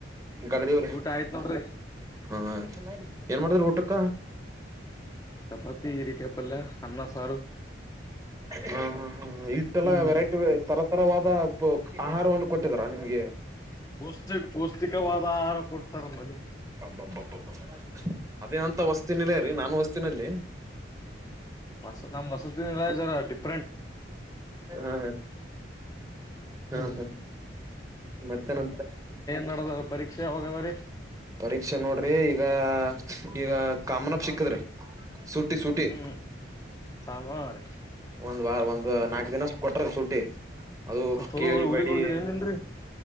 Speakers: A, on the right; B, on the left.
A: ಗಾಡಿವ್ರ
B: ಊಟ ಆಯ್ತ್ ನೋಡ್ರಿ
A: ಹ ಏನ್ ಮಾಡಿದ್ರ ಊಟಕ್ಕ.
B: ಚಪಾತಿ ಇರಿಕಾಯಿ ಪಲ್ಯಾ ಅನ್ನಾ ಸಾರು.
A: ಹ ಹಾ ಹ ಇಷ್ಟೆಲ್ಲ
B: ಹ್ಮ್
A: ವೆರೈಟಿ
B: ಹ್ಮ್
A: ತರ ತರವಾದ. ಪ ಆಹಾರವನ್ನು ಕೊಟ್ಟಿದಾರಾ ನಿಮ್ಗೆ.
B: ಬುಷ್ಟೆಡ್ ಪೌಷ್ಟಿಕವಾದ ಆಹಾರ ಕೊಡ್ತಾರಂಬಲ್ಲಿ.
A: ಹಬ್ಬಬ್ಬಬ ಅದೇ ಅಂತ ವಸ್ತಿನಿಲ್ಲೇ ರೀ ನಾನುಸ್ ತ್ತಿನಲ್ಲಿ.
B: ಹೊಸ ನಮ್ ಹೊಸದಿನರಾಯ ಜರ ಟ
A: ಹಾ ಹಾ
B: ಹ್ಮ್
A: ಹಾ ಮತ್ತೆನಂತೀರಾ.
B: ನಡದಾರ ಪರೀಕ್ಷೆ ಯಾವಾಗ ಅವರಿ.
A: ಪರೀಕ್ಷೆ ನೋಡ್ರಿ ಈಗ ಈಗ ಕಾಮನ್ ಅಪ್ ಸಿಕ್ಕದ್ರಿ ಸು ಸೂಟಿ
B: ಹ್ಮ್ ಸಾಮಾರಿ
A: ಒಂದ್ ವಾರ್ ಒಂದು ನಾಲ್ಕು ದಿನ ಕೊಟ್ರ ಸುಟಿ ಟ್ಟೆ. ಅದು
B: ಮತ್
A: ಕೇಳಿಬೇಡಿ
B: ಊರಿಗ್ ಹೋಗಿರಿ ಏನ್ಲ್ರರಿ